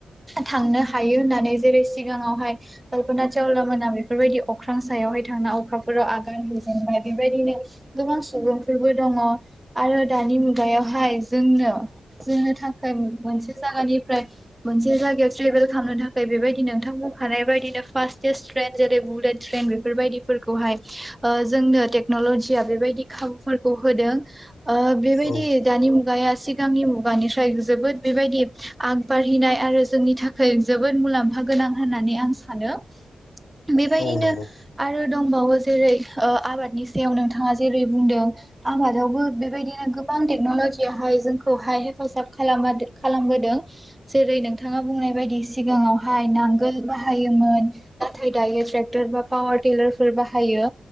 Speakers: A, on the right; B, on the left.
A: थांनो हायो होननानै जेरै सिगाङावहाय कल्पना चावला मोनहा बेफोरबायदि अख्रां सायाव यावहाय थांना अखाफोराव आगान होजेनबाय बेबायदिनो गोबां सुबुं फोरबो दङ आरो दानि मुगायावहाय जोंनो जो नो थाखाय मोनसे जागानिफ्राय मोनसे जायगायाव <unintelligible> खालामनो थाखाय बेबायनो नोंथां बुंखानाय बायदिनो फासटेस ट्रेन जेरै बुलेट ट्रेन बेफोरबायदिफोरखौहाय ओ जोंनो टेकनलजिया बेबायदि खाबु फोरखौ होदों ओ बेबायदि
B: औ
A: दानि मुगाया सिगांनि मुगानिफ्राय जोबोद बेबायदि आग बारहिनाय आरो जोंनि थाखाय जोबोद मुलाम्फा गोनां होननानै आं सानो। बेबायदिनो
B: औ नंगौ
A: आरो दंबावो जेरै आबादनि सायाव नोंथाङा जेरै बुंदों आबादावबो बेबायदिनो गोबां टेक्नलजियावहाय जोंखौहाय हेफाजाब खालामबादो खालामबोदों जेरै नोंथाङा बुंनाय बायदि सिगाङावहाय नांगोल बाहायोमोन नाथाय दा ट्रेक्टर बा पावार टिलार फोर बाहायो